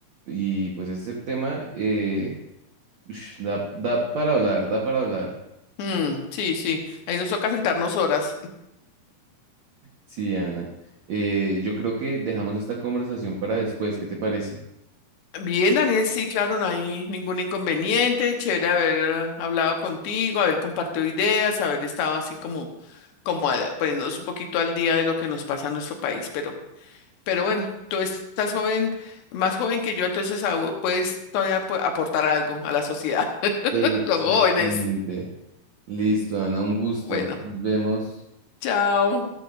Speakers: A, on the right; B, on the left.
A: Y pues ese tema eh, ush, da, da para hablar, da para hablar.
B: Mm, sí, sí. Ahí nos toca sentarnos horas.
A: Sí, Ana. Eh, yo creo que dejamos esta conversación para después, ¿qué te parece?
B: <laughs> Bien, Daniel, sí, claro, no hay ningún inconveniente. Chévere haber hablado contigo, haber compartido ideas, haber estado así como, como a- poniéndonos un poquito al día de lo que nos pasa en nuestro país. Pero, pero bueno, tú estás joven, más joven que yo, entonces au- puedes todavía pu- aportar algo a la sociedad, <laughs>
A: Exactamente.
B: los jóvenes.
A: Listo, Ana, un gusto.
B: Bueno,
A: Nos vemos.
B: chao.